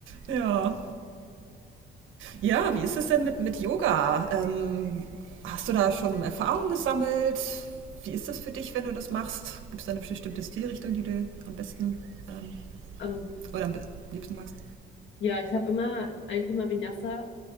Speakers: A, on the right; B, on the left.
A: Ja. Ja, wie ist es denn mit, mit Yoga? Ähm, hast du da schon Erfahrungen gesammelt? Wie ist das für dich, wenn du das machst? Gibt es da eine bestimmte Stilrichtung, die du am besten ähm,
B: Ähm,
A: oder am liebsten magst?
B: Ja, ich habe immer ein Thema Vinyasa